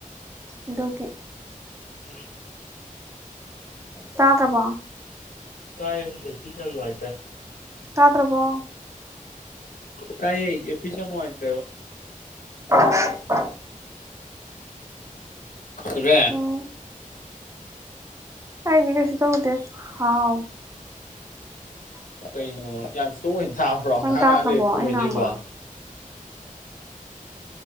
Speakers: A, on the right (about 20°); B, on the left (about 70°).
A: ꯑꯗꯨꯒꯤ
B: <inaudible>
A: ꯇꯥꯗꯕꯣ
B: ꯇꯥꯏ ꯏꯌꯔꯄꯤꯁꯁꯦ ꯌꯥꯝ ꯅꯨꯡꯉꯥꯏꯇ꯭ꯔꯦ
A: ꯇꯥꯗ꯭ꯔꯕꯣ
B: ꯀꯥꯏꯌꯦ ꯑꯦꯄꯤꯁ ꯌꯥꯝ ꯅꯨꯉꯥꯏꯇ꯭ꯔꯦꯕ
A: <inaudible>
B: ꯆꯦꯕꯦ
A: ꯎꯝ ꯑꯩꯗꯤ ꯀꯩꯁꯨ ꯇꯧꯗꯦ ꯍꯥꯎ
B: ꯀꯩꯅꯣ ꯌꯥꯝ ꯁ꯭ꯂꯣ ꯑꯣꯏꯅ ꯇꯥꯕ꯭ꯔꯣ
A: ꯅꯪ
B: ꯉꯥꯍꯥꯛ
A: ꯇꯥꯗ꯭ꯔꯕꯣ
B: ꯉꯥꯍꯥꯛ ꯂꯩ ꯈꯨꯝꯃꯩꯖꯤꯕꯣ
A: ꯑꯩ ꯉꯥꯡꯕ